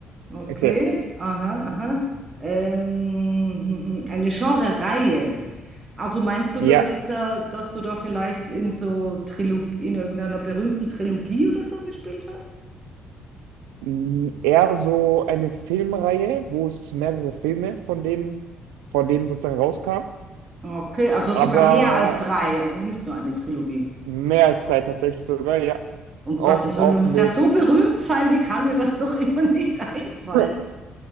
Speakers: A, on the right; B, on the right.
A: Okay,
B: Okay.
A: aha, aha. Ähm, <laughs> eine Genre-Reihe. Also meinst du,
B: Ja.
A: dass, dass er, dass du da vielleicht in so Trilog in irgendeiner berühmten Trilogie oder so gespielt hast?
B: mh, eher so eine Filmreihe, wo es mehrere Filme von denen, von dem sozusagen rauskam.
A: Okay, also
B: Aber
A: sogar mehr als drei, also nicht nur eine Trilogie.
B: mehr als drei tatsächlich sogar, ja.
A: Um
B: Auch,
A: Gottes
B: auch
A: Willen, du musst
B: mit.
A: ja so berühmt sein, wie kann mir das <laughs> noch immer nicht <laughs> einfallen?
B: <laughs>